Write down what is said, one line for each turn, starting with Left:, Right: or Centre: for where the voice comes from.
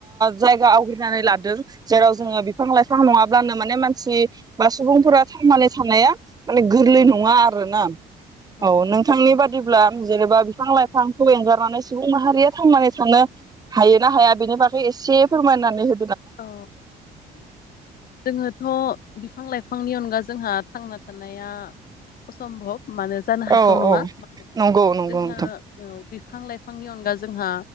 Right: जायगा आवग्रिनानै लादों। जेराव जोङो बिफां-लाइफां नङाब्लानो माने मानसि बा सुबुंफोरा थांनानै थानाया माने गोरलै
Left: औ
Right: नङा।
Left: उम
Right: औ
Left: उम
Right: नोंथांनि बादिब्ला जेनेबा बिफां-लाइफांखौ एंगारनानै सुबुं माहारिया थांनानै थानो हायो ना हाया? बेनि बागै एसे फोरमायनानै हो
Left: औ जोङोथ' बिफां-लाइफांनि अनगा जोंहा थांना थानाया असम्भब मानो जानो हाथाव
Right: औ
Left: नङा
Right: औ नंगौ नंगौ
Left: जोंहा
Right: नोंथां
Left: ओ - बिफां लाइफांनि अनगा जोंहा